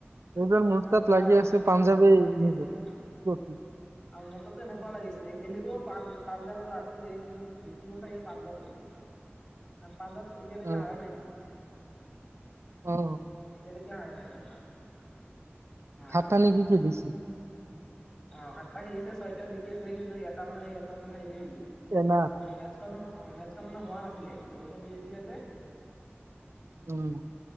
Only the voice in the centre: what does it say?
অ
পুৰা
ম
মজা খেলিছে
অ। আৰু
মোৰ তাতো এনেকুৱা লাগিছে খেলিব। পান পাঞ্জাৱ আৰু আৰ চি বিহে কিন্তু জিকিব চাগে পাঞ্জাবে। <unintelligible> পাঞ্জাব এতিয়ালৈকে
হাৰা নাইটো?
এতিয়ালৈকে হাৰা নাই পাঞ্জাৱ। অ
এটাও হাৰা
নাই
অ সাতটা খেলিছে ছয়টা জিকি আছে কিন্তু এটা মানে সিহঁতৰ মানে এই গল,
মানে মেচ খ নহয় অ মেছখন মানে হোৱা নাছিলে, বৰষুণ দি আছিলে যে।